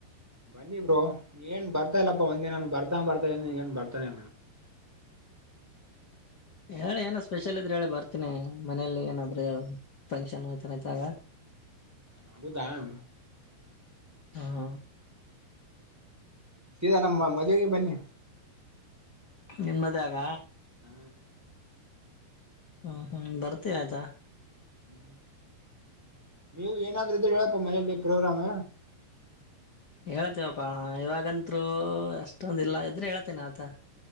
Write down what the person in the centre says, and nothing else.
ಬನ್ನಿ ಬ್ರೋ ಏನ್ ಬರ್ತಾ ಇಲ್ಲಪ್ಪಾ ಒಂದಿನಾನ ಬರ್ತಾ ಬರ್ತಾ ಏನ್ ಬರ್ತಾನೆ
ಹಗುದಾಮ
ಇದ ನಮ್ಮ ಮದುವೆಗೆ ಬನ್ನಿ
ಹ್ಮ
ಹ್ಮ್ ನೀವು ಏನಾಗ್ರ್ರ ಹೇಳಕ ಮನೇಲಿ ಪ್ರೋಗ್ರಾಮ್